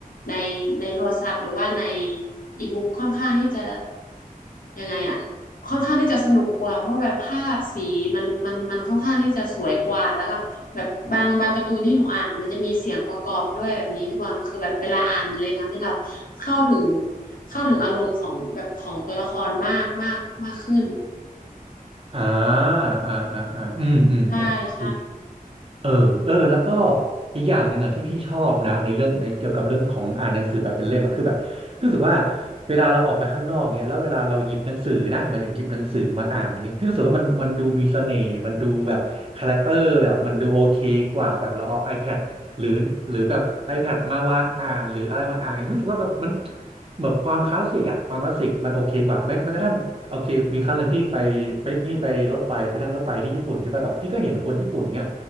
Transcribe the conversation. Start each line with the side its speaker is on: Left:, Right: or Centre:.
Left: ในในโทรศัพท์หรือว่าในอีบุ๊กค่อนข้างที่จะยังไงอ่ะค่อนข้างที่จะสนุกกว่าเพราะว่าแบบภาพสีมันมันมันค่อนข้างที่จะสวยกว่าแล้วก็แบบบางบางการ์ตูนที่หนูอ่านอะมันจะมีเสียงประกอบด้วยแบบนี้พี่บอลคือแบบเวลาอ่านมันเลยทำให้เราเข้าถึง เข้าถึงอารมณ์ของแบบของตัวละครมากมากมากขึ้น
Right: อ่าอ่าอ่าอ่าอืมอืมโอเค
Left: ใช่ใช่
Right: เออเออแล้วก็อีกอย่างหนึ่งอ่ะที่พี่ชอบนะในเรื่องในเกี่ยวกับเรื่องของอ่านหนังสือแบบเป็นเล่มอ่ะคือแบบพี่รู้สึกว่าเวลาเราออกไปข้างนอกเนี้ยแล้วเวลาเราหยิบหนังสือนะหมายถึงหยิบหนังสือมาอ่านอย่างเงี้ยพี่รู้สึกว่ามันมันดูมีเสน่ห์มันดูแบบคาแรคเตอร์แบบมันดูโอเคกว่าแบบเราเอา iPad หรือหรือแบบ iPad มาวางอ่านหรืออะไรมาอ่านเนี่ยพี่รู้สึกว่าแบบมันเหมือนความคลาสสิกอ่ะความคลาสสิกมันโอเคกว่าแม้แม้กระทั่งโอเคมีครั้งหนึ่งพี่ไปไปพี่ไปรถไฟไปนั่งรถไฟที่ญี่ปุ่นใช่ป่ะแบบพี่ก็เห็นคนญี่ปุ่นเงี้ย